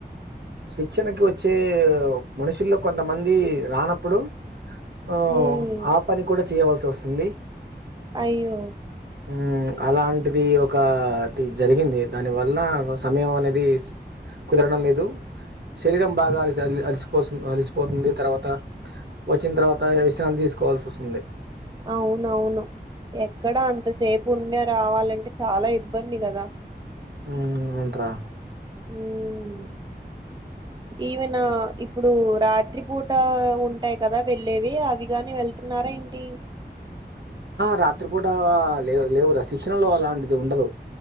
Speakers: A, on the right; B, on the right.
A: శిక్షణకి వచ్చే మనుషుల్లో కొంతమందీ రానప్పుడు ఆ..
B: మ్
A: ఆ పని కూడా చేయవలసి వస్తుంది.
B: అయ్యో
A: హు ఊ అలాంటిది ఒక జరిగింది దాని వల్లా సమయం అనేది కుదరడం లేదు శరీరం బాగా అలసి అలిసిపోసు అలసిపోతుంది. తర్వాత వచ్చిన తర్వాత అ విశ్రాంతి తీసుకోవల్సి వస్తుంది.
B: అవునవును. ఎక్కడా అంతసేపు ఉండి రావాలంటే చాలా ఇబ్బంది కదా
A: హు.. ఉ... ఉ అవునురా
B: హూ ఉ.. ఉ ఈవెన్ ఆ ఇప్పుడు రాత్రి పూట ఉంటాయ్ కదా వెళ్ళేవి అవిగాని వెళ్ నారాఏంటీ
A: రాత్రిపూట లే లేవురా శిక్షణలో అలాంటిది ఉండదు.